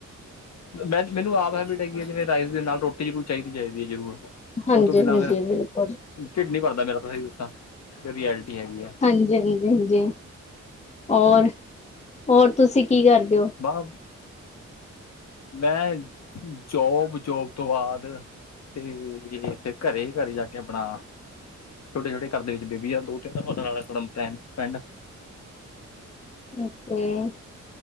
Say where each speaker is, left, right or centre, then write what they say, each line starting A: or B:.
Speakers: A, on the left; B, on the left.
A: ਮੈਂ, ਮੈਨੂੰ ਆਪ ਹੈਵੀਟ ਹੈਗੀ ਹੈ, ਜਿਵੇਂ ਰਾਈਸ ਦੇ ਨਾਲ ਰੋਟੀ ਜ਼ਰੂਰ ਚਾਹੀਦੀ- ਚਾਹੀਦੀ ਹੈ ਜ਼ਰੂਰ।
B: ਹਾਂਜੀ
A: ਉਹ ਤੋਂ ਬਿਨਾਂ
B: ਹਾਂਜੀ
A: ਮੇਰਾ
B: ਬਿਲਕੁਲ
A: ਢਿਡ ਨੀ ਭਰਦਾ ਮੇਰਾ। ਤਾਂ ਸਹੀ ਦੱਸਾਂ ਰਐਲਿਟੀ ਹੈਗੀ ਐ।
B: ਹਾਂਜੀ-ਹਾਂਜੀ। ਹਾਂਜੀ, ਔਰ ਹੋਰ ਤੁਸੀਂ ਕੀ ਕਰਦੇ ਹੋ?
A: ਬ <unintelligible> ਮੈਂ, ਜੋਬ-ਜੋਬ ਤੋਂ ਬਾਅਦ ਤੇ ਫਿਰ ਘਰੇ, ਘਰੇ ਜਾ ਕੇ ਆਪਣਾ ਛੋਟੇ- ਛੋਟ ਘਰ ਦੇ ਵਿੱਚ ਬੇਬੀ ਆ ਦੋ- ਤਿੰਨ <unintelligible> ਟਮ ਸਪੈਂ
B: ਓਕੇ,